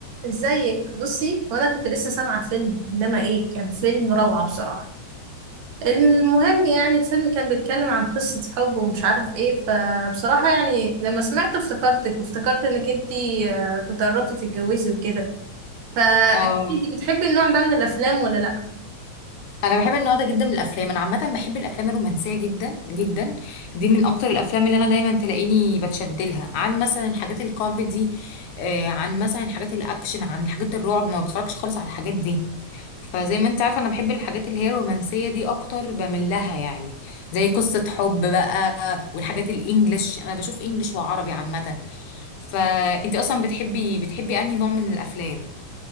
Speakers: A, on the right; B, on the left.
A: ازيك بصي وانا كنت لسه سامعه فيلم انما ايه كان فيلم روعه بصراحه المهم يعني الفيلم كان بيتكلم عن قصه حب ومش عارف ايه فبصراحه يعني لما سمعته افتكرتك وافتكرت انك انتي آه، كنت قربتي تتجوزي وكده فانتي
B: اه
A: بتحبي النوع ده من الافلام ولا لا
B: انا بحب النوع ده جدا من الافلام انا عامه بحب الافلام الرومانسيه جدا جدا دي من اكتر الافلام اللي انا دايما تلاقيني بتشد لها عن مثلا الحاجات الكوميدي آه، عن مثلا الحاجات الاكشن عن حاجات الرعب ما بتفرجش خالص على الحاجات دي فزي ما انت عارفه انا بحب الحاجات اللي هي الرومانسيه دي اكتر بميل لها يعني زي قصه حب بقى والحاجات الانجليش انا بشوف انجليش وعربي عامه فانت اصلا بتحبي بتحبي انهي نوع من الافلام